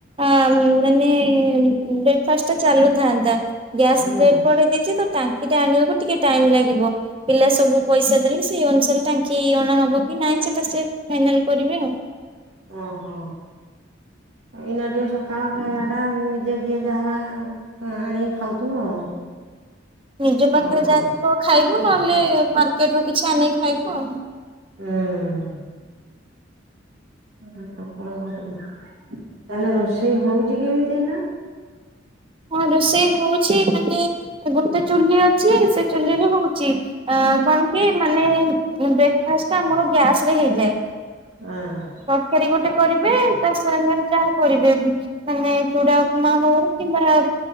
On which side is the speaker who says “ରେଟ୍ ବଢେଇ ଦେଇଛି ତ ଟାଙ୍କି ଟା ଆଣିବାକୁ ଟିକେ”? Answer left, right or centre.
Right